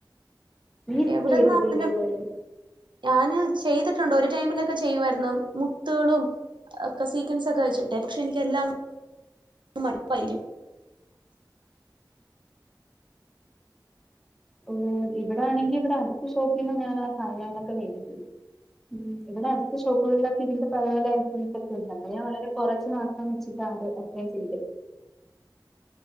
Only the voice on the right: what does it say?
എവിടെന്നാ
അതിന്റെ
ഞാന് ചെയ്തിട്ടുണ്ട്. ഒരു ടൈമിലൊക്കെ ചെയ്യുവായിരുന്നു. മുത്തുകളും ഒക്കെ സീക്വൻസ് ഒക്കെ വെച്ചിട്ടെ. പക്ഷെ എനിക്ക് എല്ലാം മടുപ്പായിരിക്കും